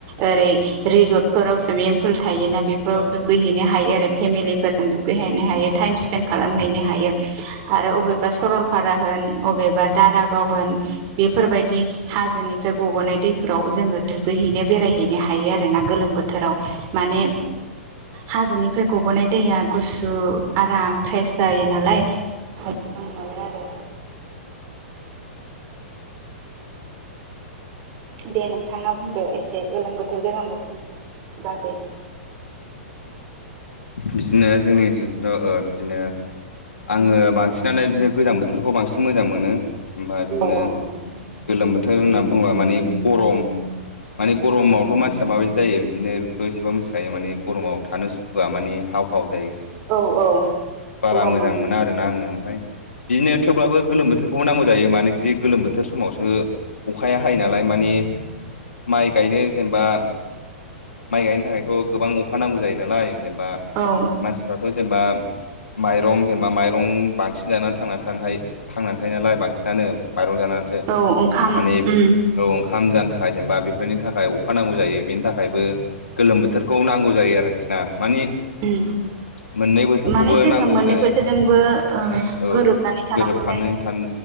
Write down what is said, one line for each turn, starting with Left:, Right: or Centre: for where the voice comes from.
Right: ओरै रिजर्टफोराव सुइमिं फुल थायोना बेफोराव
Left: औ
Right: दुगैहैनो हायो आरो फेमिलिफोरजों दुगैहैनो हायो टाइम स्पेन्दड खालामहैनो हायो। हायो आरो अबेबा सरलपारा होन अबेबा दारागाव होन बेफोरबायदि बिदि हाजोनिफ्राय गबोनाय दैफोराव जोङो दुगैहैनो बेरायहैनो हायो आरोना गोलोम बोथोराव। माने
Left: औ
Right: हाजोनिफ्राय गबो'नाय दैया गुसु आराम फ्रेस जायो नालाय
Left: औ
Right: मोजां मोनो आरो। दे नोंथाङा बुंदो एसे गोलोम बोथोर गोजां बोथोरनि बागै
Left: बिदिनो जोंनि ओनसोलथिंथ ओ' बिदिनो आङो बांसिनानो बिदिनो गोजां बोथोरखौ बांसिन मोजां मोनो। ओमफ्राय बिदिनो
Right: औ औ
Left: गोलोम बोथोर होननानै बुङोबा माने गरम माने गरमावथ' मानसिया माबायदि जायो बिदिनो बेखौथ' एसेबाबो मिथिखायो माने गरमाव थानो सुखुवआ मानि हाव हाव जायो।
Right: औ औ।
Left: बारा
Right: गरम
Left: मोजां
Right: मोनो
Left: मोना आरोना आङो ओमफ्राय। बिदिनो थेवब्लाबो गोलोम बोथोरखौबो नांगौ जायो मानोखि गोलोम बोथोर समावसो अखाया हायो नालाय माने माइ गायनो जेनेबा माइ गायनो थाखायथ' गोबां अखा नांगौ जायो नालाय जेनेबा
Right: औ
Left: मानसिफ्राथ' जेनेबा माइरं जेनेबा माइरं बांसिन जानानै थांनानै थानो हायो थांनानै थायो नालाय बांसिनानो। माइरं जानानैसो
Right: औ ओंखाम
Left: माने औ
Right: उम
Left: ओंखाम जानो थाखाय जेनेबा बेफोरनि थाखाय अखा नांगौ जायो बेनि थाखायबो गोलोम बोथोरखौ नांगौ जायो आरोखि ना मानि
Right: उम
Left: मोननै बोथोरखौबो
Right: माने जोङो
Left: नांगौ
Right: मोननै
Left: जायो
Right: बोथोरजोंबो
Left: औ
Right: गोरोबनानै थानांगौ
Left: गोरोबफानानै
Right: जायो।
Left: थानो